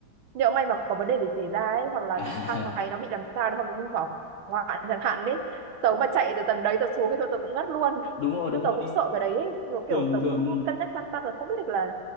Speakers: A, on the right; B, on the left.
A: nhỡ may mà có vấn đề gì xảy ra ấy hoặc là
B: <laughs> à,
A: thang máy nó bị làm sao đấy hoặc là hư hỏng hoạn chẳng hạn đấy tớ mà chạy từ tầng đấy tớ xuống thì thôi tớ cũng ngất luôn
B: đúng rồi đúng
A: nên tớ
B: rồi
A: cũng
B: nên
A: sợ cái đấy ấy. nhiều kiểu
B: thường
A: tớ cũng
B: thường
A: cân nhắc lăn tăn rồi không biết được là